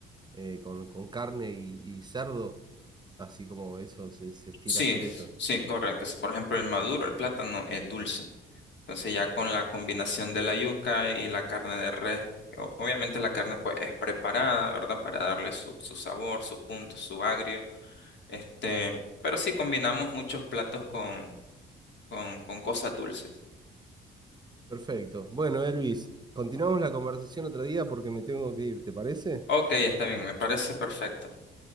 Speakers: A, on the right; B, on the left.
A: eh, con, con carne y, y cerdo, así como eso, se, se estira
B: Sí,
A: hacer eso.
B: sí, correcto. Sí, Por ejemplo, el maduro, el plátano es dulce. Entonces ya con la combinación de la yuca y la carne de res, o- obviamente la carne pues es preparada, ¿verdad? Para darle su, su sabor, su punto, su agrio. Este, pero sí combinamos muchos platos con, con, con cosas dulces.
A: Perfecto. Bueno, Elvis, continuamos la conversación otro día porque me tengo que ir, ¿te parece?
B: Ok, está bien, me parece perfecto.